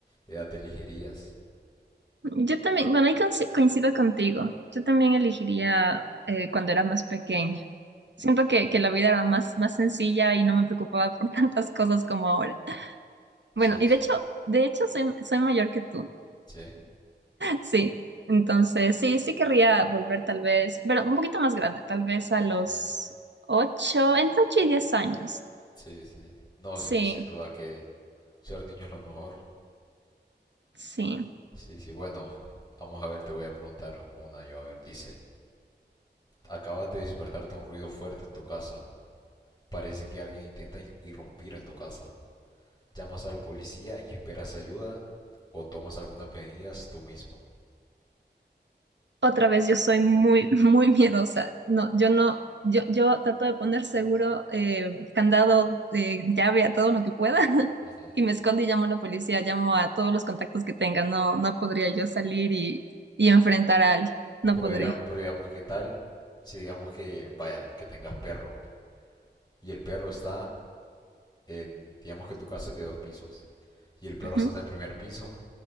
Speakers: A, on the left; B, on the right.
A: edad te elegirías.
B: Yo también, bueno, ahí conci- coincido contigo. Yo también elegiría eh, cuando era más pequeña. Siento que, que la vida era más, más sencilla y no me preocupaba por <laughs> tantas cosas como ahora. Bueno,
A: Sí,
B: y
A: sí.
B: de hecho, de hecho soy, soy mayor que tú.
A: Sí.
B: Sí, entonces sí, sí querría volver tal vez, pero un poquito más grande, tal vez a los
A: Ujú.
B: ocho entre 8 y 10 años.
A: Sí, sí. No,
B: Sí,
A: sí, sin duda que ser niño es lo mejor.
B: sí.
A: Sí, sí. Bueno, vamos a ver, te voy a preguntar una yo. A ver, dice, acabas de despertar de un ruido fuerte en tu casa. Parece que alguien intenta irrumpir en tu casa. Llamas a la policía y esperas ayuda o tomas algunas medidas tú mismo.
B: Otra vez yo soy muy, <laughs> muy miedosa. No, yo no, yo, yo trato de poner seguro, eh, candado, eh, llave a todo lo que pueda <laughs>
A: Ujú.
B: y me escondo y llamo a la policía, llamo a todos los contactos que tenga. No, no podría yo salir y, y enfrentar a alguien, no
A: Pero,
B: podría.
A: diga- pero digamos, ¿qué tal si digamos que, vaya, que tengas perro y el perro está en, digamos que tu casa es de dos pisos y el perro
B: Ujú.
A: está en el primer piso